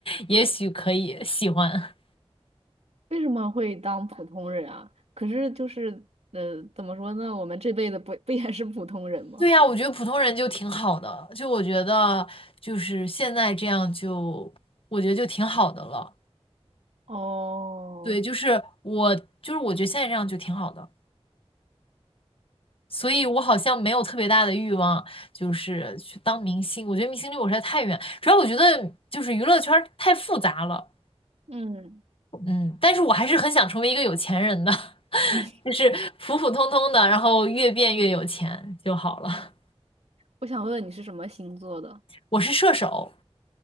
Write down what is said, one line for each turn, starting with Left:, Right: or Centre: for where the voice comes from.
Left: 也许可以喜欢。
Right: 为什么会当普通人啊？可是就是，呃，怎么说呢？我们这辈子不 <laughs> 不也是普通人吗？
Left: 对呀，我觉得普通人就挺好的，就我觉得就是现在这样就，我觉得就挺好的了。
Right: 哦，
Left: 对，就是我，就是我觉得现在这样就挺好的，所以我好像没有特别大的欲望，就是去当明星。我觉得明星离我实在太远，主要我觉得就是娱乐圈儿太复杂了，
Right: 嗯，
Left: 嗯，但是我还是很想成为一个有钱人的，<laughs>
Right: <laughs>
Left: 就是普普通通的，然后越变越有钱就好了。
Right: 我想问问你是什么星座的？
Left: 我是射手，